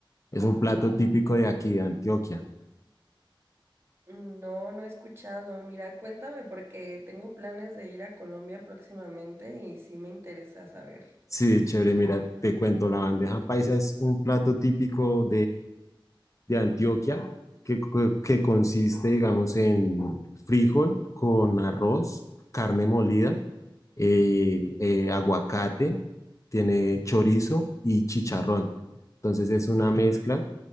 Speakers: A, on the left; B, on the right.
A: es un plato típico de aquí, de Antioquia.
B: No, no he escuchado. Mira, cuéntame porque tengo planes de ir a Colombia próximamente y sí me interesa saber.
A: Sí, chévere, mira, te cuento, la bandeja paisa es un plato típico de Antioquia, que, que consiste, digamos, en frijol con arroz, carne molida, eh, eh, aguacate, tiene chorizo y chicharrón. Entonces es una mezcla.